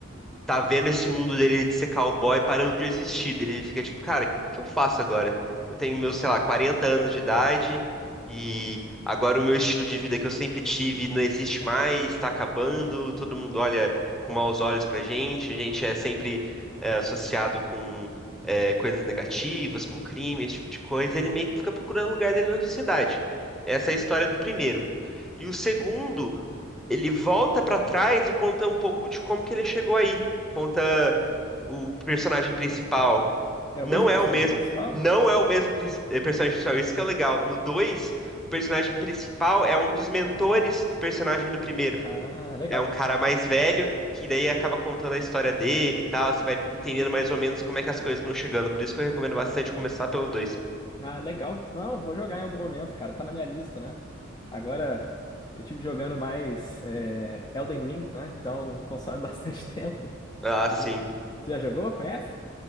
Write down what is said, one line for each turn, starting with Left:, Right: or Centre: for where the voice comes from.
Centre: tá vendo esse mundo dele de ser cowboy parando de existir. Daí Ele fica tipo, cara, o que eu faço agora? Eu tenho meus, sei lá, 40 anos de idade e agora o meu estilo de vida que eu sempre tive não existe mais, tá acabando, todo mundo olha com maus olhos pra gente, a gente é sempre é, associado com é, coisas negativas, com crime, esse tipo de coisa. Ele meio que fica procurando o lugar dele na sociedade. Essa é a história do primeiro. E o segundo ele volta pra trás e conta um pouco de como que ele chegou aí. Conta o personagem principal.
Left: É
Centre: Não
Left: o mesmo
Centre: é
Left: personagem
Centre: o mesmo,
Left: principal?
Centre: não é o mesmo prin- eh, personagem principal, isso que é o legal. No 2, o personagem principal é um dos mentores do personagem do primeiro.
Left: Ah, legal.
Centre: É um cara mais velho, que daí acaba contando a história dele e tal. Você vai entendendo mais ou menos como é que as coisas vão chegando. Por isso que eu recomendo bastante começar pelo dois.
Left: Ah, legal. Não, vou jogar em algum momento, cara. Tá na minha lista, né? Agora eu tive jogando mais é, Elden Ring, né? Então consome bastante <laughs> tempo.
Centre: Ah,
Left: O
Centre: sim.
Left: jogo. Você já jogou? Conhece?